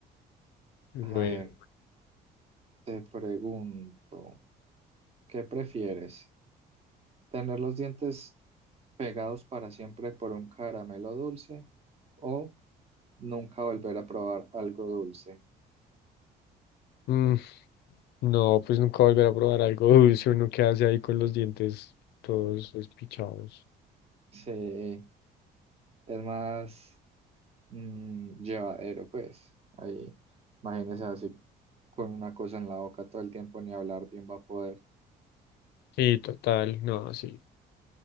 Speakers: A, on the left; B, on the right.
A: Es
B: A
A: bueno.
B: ver, te pregunto, ¿qué prefieres? ¿Tener los dientes pegados para siempre por un caramelo dulce o nunca volver a probar algo dulce?
A: Mm. No, pues nunca volver a probar algo dulce, uno que hace ahí con los dientes todos despichados.
B: Sí, es más mm, llevadero, pues. Ahí, imagínese así con una cosa en la boca todo el tiempo, ni hablar bien va a poder.
A: Sí, total, no, sí,